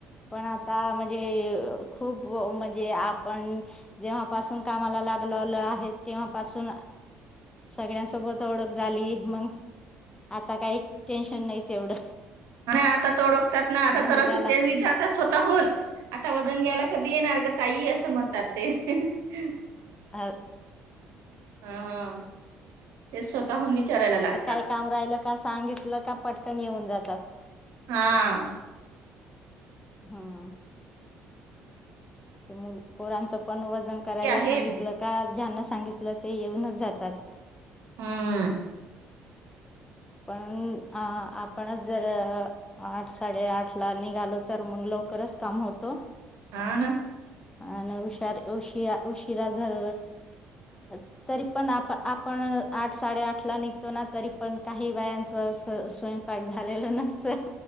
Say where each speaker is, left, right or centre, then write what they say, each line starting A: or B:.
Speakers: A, on the left; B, on the right.
A: पण आता म्हण खूप म्हणजे आपण जेव्हा... पासून कामाला लागलालो आहे तेव्हा पासून सगळ्यांसोबत... ओळख झाली मग... आता काही टेन्शन नाही तेवढं..
B: आणि आता तर ओळखतात ना आता
A: महिलाला
B: तर अस तेच विचार स्वतः होऊन आता वजन घ्यायला... कधी येणार ग ताई असं म्हणतात ते... न <unintelligible>
A: अ
B: हा ते स्वतःहून विचारायला लागतात.
A: असं काय काम राहिल का सांगितलं का पटकन येऊन जात... तात..
B: हा..
A: हम... ते मु पोरांचं पण व.. करायला
B: ते आहेत
A: सांगितलं का ज्यांना सांगितलं ते येऊनच जातात.
B: हम्म
A: पण अ आपणच जर आठ साडेआठ ला निघालो तर मग लवकरच काम होतो.
B: हा ना.
A: आन उशार उशिरा उशिरा जर अ तरी पण आप आपण आठ साडेआठ ला निघतो ना तरी पण- काही बायांचं स्व स्वयंपाक झालेलं नसतं.